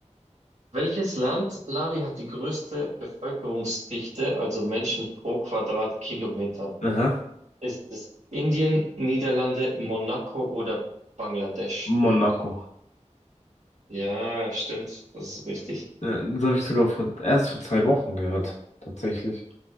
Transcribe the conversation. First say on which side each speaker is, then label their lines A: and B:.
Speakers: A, on the right; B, on the left.
A: welches Land, Lavi, hat die größte Bevölkerungsdichte, also Menschen pro Quadratkilometer?
B: Aha.
A: Ist es Indien, Niederlande, Monaco oder Bangladesch?
B: Monaco.
A: Ja, stimmt. Das ist richtig.
B: Ja, das habe ich sogar vor, erst vor zwei Wochen gehört, tatsächlich.